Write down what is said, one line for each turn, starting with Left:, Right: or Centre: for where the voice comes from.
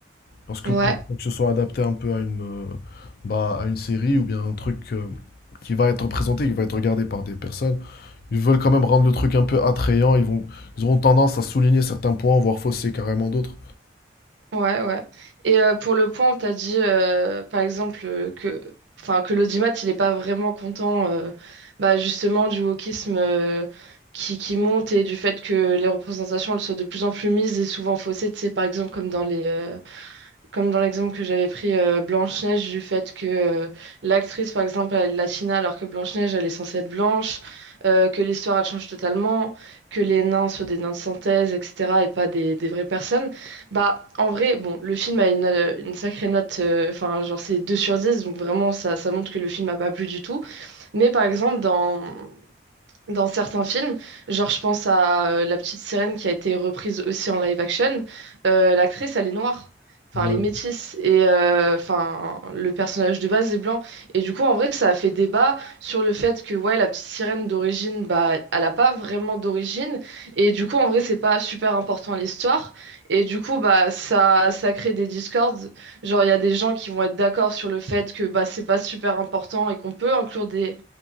Left: Parce que
Right: ouais.
Left: pour, pour que ce soit adapté un peu à une, euh, bah, à une série ou bien un truc euh, qui va être présenté, qui va être regardé par des personnes, ils veulent quand même rendre le truc un peu attrayant. Ils vont, ils auront tendance à souligner certains points, voire fausser carrément d'autres.
Right: Ouais, ouais. Et euh, pour le point, tu as dit, euh, par exemple, euh, que, enfin, que l'audimat, il n'est pas vraiment content euh, bah, justement du wokisme euh, qui, qui monte et du fait que les représentations, elles soient de plus en plus mises et souvent faussées, tu sais, par exemple, comme dans les, euh, comme dans l'exemple que j'avais pris euh, Blanche-Neige, du fait que euh, l'actrice, par exemple, elle est latina alors que Blanche-Neige, elle est censée être blanche, euh, que l'histoire, elle change totalement, que les nains soient des nains de synthèse, etc., et pas des, des vraies personnes. Bah, en vrai, bon, le film a une, euh, une sacrée note, euh, enfin, genre, c'est 2 sur 10 donc vraiment, ça, ça montre que le film n'a pas plu du tout. Mais par exemple, dans dans certains films. Genre, je pense à euh, La Petite Sirène qui a été reprise aussi en live action. Euh, l'actrice, elle est noire. Enfin,
Left: Ouais.
Right: elle est métisse. Et euh, enfin, le personnage de base est blanc. Et du coup, en vrai, ça a fait débat sur le fait que, ouais, La Petite Sirène d'origine, bah, elle n'a pas vraiment d'origine. Et du coup, en vrai, c'est pas super important à l'histoire. Et du coup, bah, ça, ça crée des discords. Genre, il y a des gens qui vont être d'accord sur le fait que, bah, c'est pas super important et qu'on peut inclure des